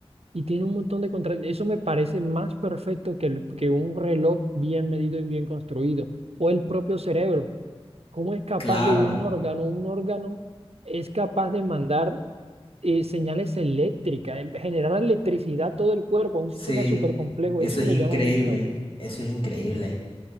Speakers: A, on the right (about 80°); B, on the left (about 60°).
A: Y tiene un montón de contra. Eso me parece más perfecto que, el- que un reloj bien medido y bien construido. O el propio cerebro. ¿Cómo es capaz
B: claro,
A: de un órgano? Un órgano es capaz de mandar eh, señales eléctricas, em, generar electricidad a todo el cuerpo, a un
B: sí,
A: sistema súper complejo.
B: eso
A: Eso
B: es
A: me
B: increíble,
A: llama mucho la atención.
B: eso es increíble,